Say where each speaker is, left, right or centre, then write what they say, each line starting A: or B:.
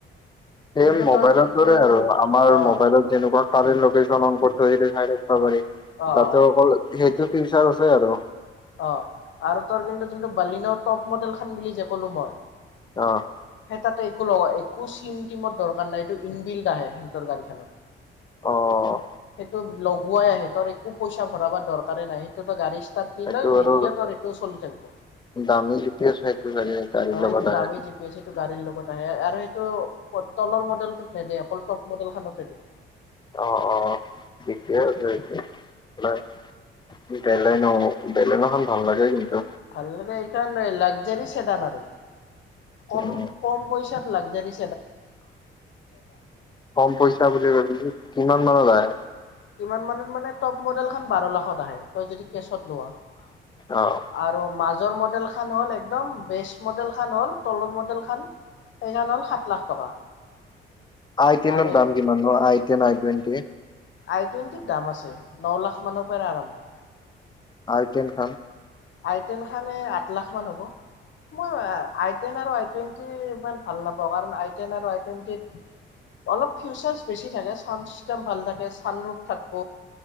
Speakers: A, on the left; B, on the left.
A: ছেম
B: কিন্তু
A: মোবাইলৰ
B: তোৰ যোনটো
A: দৰে আৰু আমাৰ
B: অ
A: মোবাইলত যেনেকুৱা কাৰেণ্ট লোকেচন অন কৰি চটো <inaudible> চাই থাকিব পাৰি
B: অ
A: তাতো
B: অ
A: অকল সেই টো ফিউচাৰ আছে আৰু।
B: অ' আৰু তোৰ কিন্তু যোনটো বালিন টপ মডেল খান বুলি যে ক'লো মই
A: অ '
B: সেই তাতে একো লগা একো চিম টিমত দৰকাৰ নাই। এইটো ইন বিল্ড আহে সিহঁতৰ গাড়ীখনত।
A: অ'।
B: সেইটো লগ। ওৱাই আহে একো পইচা ভৰাব দৰকাৰ নাই সেইটোতো গাড়ী ষ্টাৰ্ট দিলে
A: সেইটো
B: নিদিলেও
A: আৰু
B: তোৰ এইটো চলি থাকিব
A: দামী জি-পি-এছ ফেক কৰিব লাগে গাড়ী
B: অ
A: লগত
B: সেইটো দামী
A: আহে
B: জি পি এছ সেইটো গাড়ীৰ লগত আহে আৰু সেইটো তলৰ মডেলটোত নেদে অকল টপ মডেল খানতে দিয়ে।
A: অ'অ'ঠিকেই আছে। হয় বেলেনো বেলেনোখন ভাল লাগে কিন্তু।
B: ভাল লাগে সেই কাৰণে লাগজাৰি চেদান আৰু। কম
A: উম,
B: -কম পইচাত লাগজাৰি।
A: কম পইচা বুলি ভাবিছো কিমান? কিমানৰ লাগে?
B: কিমান মানত মানে টপ মডেল খন বাৰ লাখত আহে তই যদি কেচত লোৱা
A: অ'।
B: আৰু মাজ মাজৰ মডেল খান হ'ল একদম বেচ মডেল খন হ'ল তলৰ মডেল খন। এইখন হ'ল সাত লাখ টকা।
A: আইটেন
B: আৰু
A: দাম কিমান নো? মানে আই আাইটুৱেন্টি?
B: আই টুৱেণ্টিত দাম আছে ন লাখ মানৰ পৰা আৰম্ভ
A: আই টেন খন?
B: আইটেন খনে আঠ লাখমান হ'ব। মই আই টেন আৰু <unintelligible> টুৱেণ্টি ইমান ভাল নাপাওঁ। কাৰণ, আই টেন আৰু আই টুৱেণ্টিত অলপ ফিউচাৰছ বেছি থাকে। চাউণ্ড ছিষ্টেম ভাল থাকে ছানৰোফ থাকিব।